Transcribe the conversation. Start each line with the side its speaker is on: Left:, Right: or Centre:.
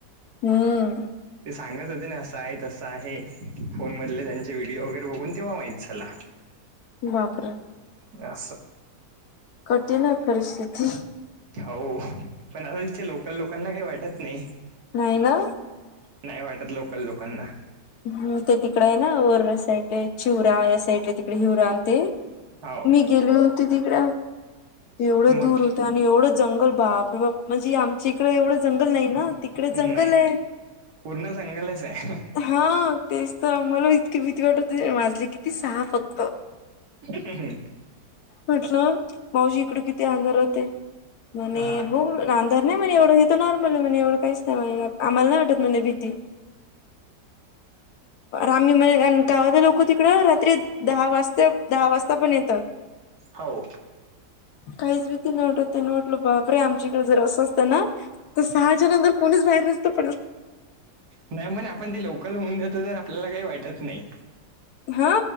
Left: हम्म
Right: ते सांगत होते ना असं आहे तसं आहे फोन मधले त्यांचे व्हिडिओ वगैरे बघून तेव्हा माहीित चला
Left: बापर
Right: या
Left: कठीण आहे परिस्थिती
Right: हो पण आता तिथ लोकल लोकांना काही वाटत नाही
Left: नाही ना
Right: नाही वाटत लोकल लोकांना
Left: हम् ते तिकड आहे ना वर साईड चिवरा या साईड तिकडे हिवरा आणि ते
Right: हो
Left: मी गेली होते तिकड एवढ
Right: मग
Left: दूर होत आणि एवढं जंगल बाप म्हणजे आमच्या इकडें एवढं जंगल नाही ना तिकडे
Right: नाही.
Left: जंगल आहे
Right: पूर्ण संंगलच आहे
Left: हा तेच तर मला इतकी भीती वाटत माझे किती सहा फक्त
Right: ह ह
Left: म्हटलं मावशी इकड किती अंधार होते म्हणे
Right: हा
Left: हो रांधणार नाहीणणे एवढं हेो नॉर्मल आहे म्हणे एवढं काहीच नाही म्ह आम्हाला नाही वाटत म्ह भीती आम्ही म्हणे कार गावात लोक तिकड रात्री दहा वाजता दहा वाजता पण येतात
Right: हो
Left: काहीच भीती न वाटत त्यांने वाटल बापरे आमच्या इकडे जर असं असतं ना तर सहाज नंतर कोणीच बाहेर नसतो पण
Right: नाही मण आपण ते लोकल होऊन देतो तर आपल्याला काही वाटत नाही
Left: हा